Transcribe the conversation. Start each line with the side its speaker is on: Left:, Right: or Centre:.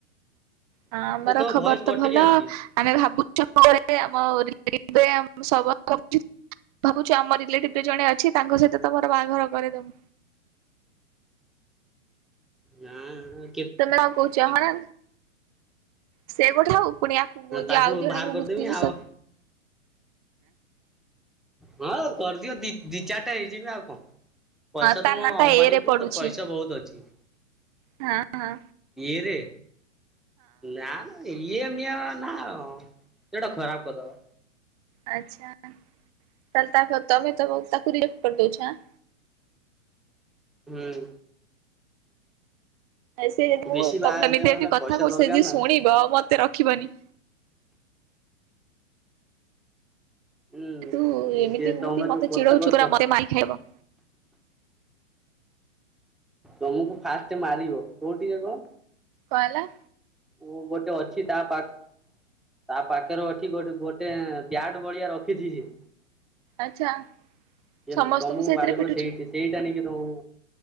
Right: ହଁ ଆମର
Centre: ଏ ତମ
Right: ଖବର
Centre: ଭଏସ କଟିକି
Right: ତ ଭଲ
Centre: ଆସୁଛି
Right: ଆମେ ଭାବୁଛ ଆମ ଏବେ ଆମ ସମ ଭାବୁଛି ଆମ ରିଲେଟିଭରେ ଜଣେ ଅଛି ତାଙ୍କ ସହିତ ତମର ବାହାଘର କରିଦବା।
Centre: ହଁ।
Right: ତମେ ହଁ କହୁଛ ହଁ ନା ସେ ଗୋଟେ ହଉ ପୁଣି ୟାକୁ
Centre: ତାକୁ
Right: ଆଉ ଜଣଙ୍କୁ
Centre: ବାହାର କରିଦେମି
Right: ବୁଝୁଛି
Centre: ଆଉ
Right: ସ
Centre: ହଁ କରିଦିଅ ଦି ଦି ଚାରିଟା ହେଇଯିବ ଆଉ କଣ। ପଇସା
Right: ତା
Centre: ତ ମୋ
Right: ନା ଟା
Centre: ଅମ୍ବାନୀ
Right: ଏ ରେ
Centre: ପୁଅ
Right: ପଡୁଛି
Centre: ତ ପଇସା ବହୁତ ଅଛି।
Right: ହଁ ହଁ।
Centre: ଇଏରେ ନା ନା ଇଏମ ନା ସେଟା ଖରାପ କଥା ବା।
Right: ଆଚ୍ଛା। ତାହେଲେ ତାକୁ ତମେ ତ ତାକୁ ରେଖ କରି ଦଉଛ ହେଁ
Centre: ହୁଁ।
Right: ସେ ଯଦି ମୁଁ
Centre: ବେଶୀ ବାହା
Right: ତମେ
Centre: ହେଲେ
Right: ଏମିତି
Centre: ମାନେ
Right: ଏମିତି କଥା
Centre: ପଇସା
Right: କହୁଛି
Centre: ଦରକାର
Right: ଯଦି
Centre: ନା।
Right: ଶୁଣିବ ମତେ ରଖିବନି।
Centre: ହୁଁ
Right: ତୁ ଏମିତି
Centre: ସିଏ
Right: ଏମିତି
Centre: ତମେ ଯୋଉ
Right: ମତେ
Centre: କଥା
Right: ଚିଡ଼ଉଛୁ
Centre: କରୁଛ
Right: ପୁରା ମତେ ମାଇ ଖାଇବ।
Centre: ତମକୁ ଫାଷ୍ଟ ମାରିବ କୋଉଠିକି କହ।
Right: କଣ ହେଲା?
Centre: ଓ ଗୋଟେ ଅଛି ତା ପାଖ ତା ପାଖରେ ଅଛି ଗୋଟେ ଗୋଟେ ବ୍ୟାଟ ଭଳିଆ ରଖିଛି ସେ। ସେଏ
Right: ଆଚ୍ଛା ସମସ୍ତଙ୍କୁ
Centre: ତମକୁ
Right: ସେଇଥିରେ
Centre: ବାଡେଇବ
Right: ପିଟୁଛି
Centre: ସେଇଠି ସେଇଟା ନଇକି ତମକୁ